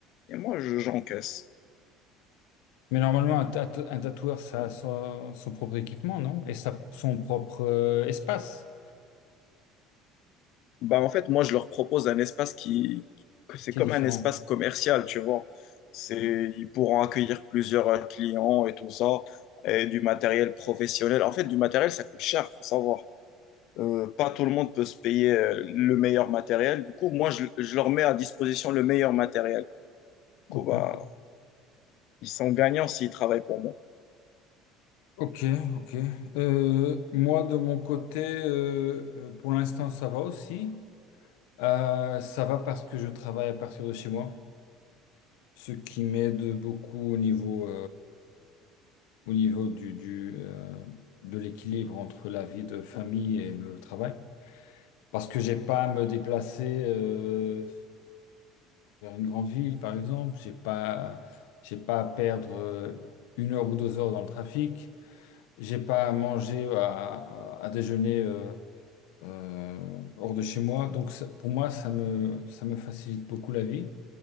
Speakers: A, on the left (about 60°); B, on the left (about 85°).
A: et moi, je- j'encaisse.
B: Mais normalement, un, tatou- un tatoueur, ça a son, son propre équipement, non? Et sa- son propre euh, espace
A: Bah, en fait, moi, je leur propose un espace qui, que c'est
B: qui
A: comme
B: est différent.
A: un espace commercial, tu vois. C'est,
B: Mm.
A: ils pourront accueillir plusieurs euh, clients et tout ça, et du matériel professionnel. En fait, du matériel, ça coûte cher, faut savoir. Euh, pas tout le monde peut se payer euh, le meilleur matériel. Du coup, moi, je, je leur mets à disposition le meilleur matériel. Du coup,
B: Ok,
A: bah, ils sont gagnants s'ils travaillent pour moi.
B: ok. ok. Euh, moi, de mon côté, euh, euh, pour l'instant, ça va aussi. Euh, ça va parce que je travaille à partir de chez moi, ce qui m'aide beaucoup au niveau au niveau du, du, euh, de l'équilibre entre la vie de famille et le travail. Parce que j'ai pas à me déplacer euh, vers une grande ville, par exemple. J'ai pas, j'ai pas à perdre euh, une heure ou deux heures dans le trafic. J'ai pas à manger, à, à- à déjeuner euh, euh, hors de chez moi. Donc ça- pour moi, ça me, ça me facilite beaucoup la vie.